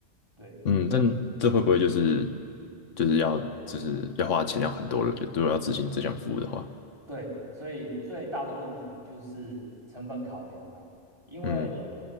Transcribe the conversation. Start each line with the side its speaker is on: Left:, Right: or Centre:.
Right: 对。
Left: 嗯，但这会不会就是就是要就是要花钱要很多了？就如果要执行这项服务的话，
Right: 对，所以最大的问题就是成本考量啦。因为
Left: 嗯，